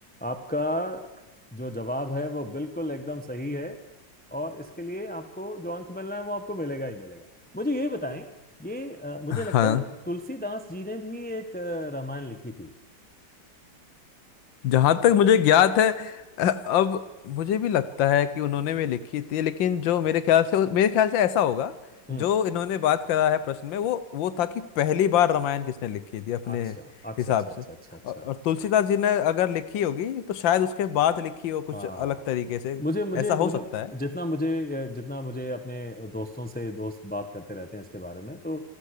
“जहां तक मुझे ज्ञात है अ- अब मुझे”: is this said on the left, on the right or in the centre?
Left